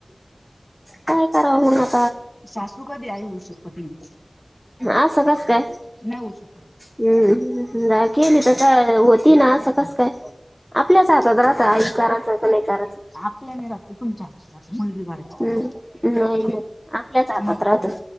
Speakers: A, in the centre; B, on the left.
A: काय कराव मग आता.
B: सासू कधी आई होऊ शकत नाही.
A: आस कसं काय.
B: नाही होऊ शकत.
A: हम्म.. केली तर होती ना, असं कसं काय आपल्याच हातात. काम करायचं
B: ते
A: का
B: ते
A: नाही करायचं,
B: आपल्याने राहते. तुमच्या हातात राहते. मुलगी घराची
A: हम्म
B: पण करायची.
A: नाही नाही. आपल्याच हातात
B: मग
A: राहतं,